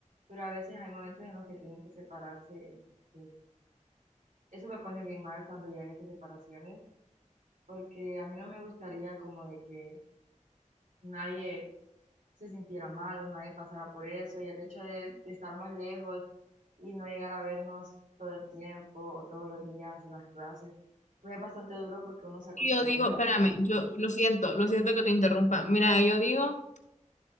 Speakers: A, on the right; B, on the left.
A: pero a veces hay momentos en los que tienen que separarse, entonces Eso me pone bien mal cuando llegan esas separaciones, porque a mí no me gustaría como de que nadie se sintiera mal o nadie pasara por eso, y el hecho de, de estar más lejos y no llegar a vernos todo el tiempo o todos los días en las clases, pues es bastante duro porque uno se acostumbra.
B: Y Yo digo, espérame, yo lo siento, lo siento que te interrumpa. Mira, yo digo